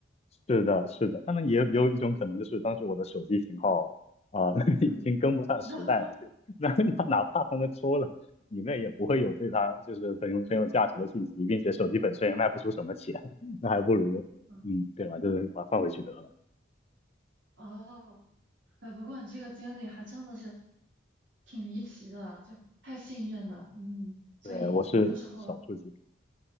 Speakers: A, on the left; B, on the right.
A: 是的，是的，当然也有也有一种可能，就是当时我的手机型号啊、<laughs> 已经跟不上时代了，
B: 嗯，<laughs>
A: 就那那哪怕他们抽了，里面也不会有对它就是很有很有价值的信息，
B: 嗯
A: 并且手机本身也卖不出什么钱，<laughs> 那还不如嗯，
B: 嗯
A: 对吧？就是把它放回去得了。
B: 哦。呃，不过你这个经历还真的是挺离奇的，就太幸运了，嗯，所以有的时候
A: 对，我是少数几个。